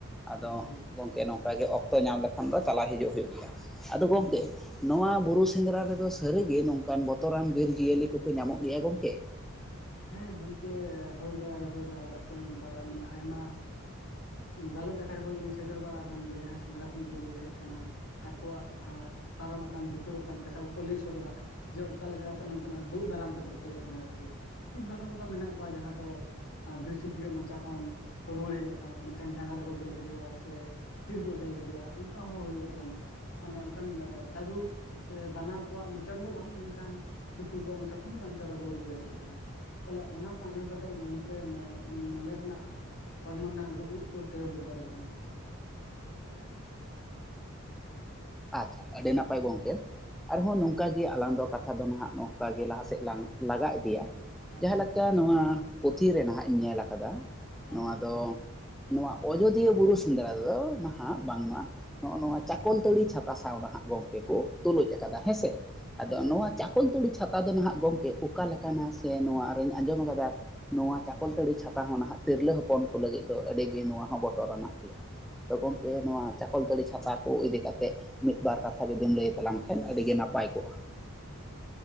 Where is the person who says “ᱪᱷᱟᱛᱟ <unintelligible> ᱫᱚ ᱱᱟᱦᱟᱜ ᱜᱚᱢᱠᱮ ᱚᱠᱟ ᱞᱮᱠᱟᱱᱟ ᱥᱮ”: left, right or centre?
Centre